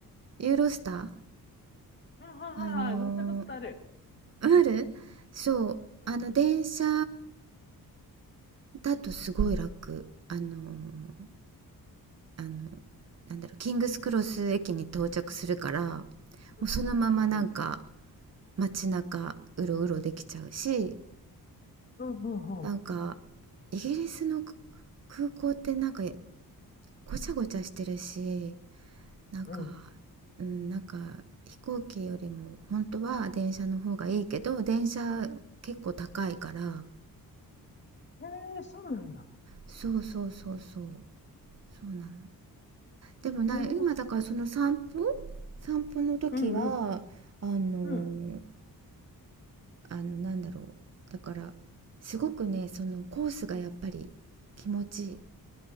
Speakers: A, on the right; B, on the left.
A: ユーロスター
B: ーうんはいはいはい乗ったことある。
A: あのーあるそうあの電車
B: うんうん。
A: だとすごい楽あのーあのなんだろうキングスクロス駅に到着するからもうそのままなんか
B: うんうんうんうん。
A: 街中うろうろできちゃうし
B: うんうんうん。
A: なんかイギリスの空港ってなんかごちゃごちゃしてるしなんか
B: うん。
A: うんなんか飛行機よりも本当は電車の方がいいけど電車結構高いからあの
B: ええーそうなんだ。
A: そうそうそうそうそうなのでもな今だからその散歩
B: ええーすごい。
A: 散歩の時はあの
B: うんうん。うん。
A: あのなんだろうだからすごくねそのコースがやっぱり気持ちいい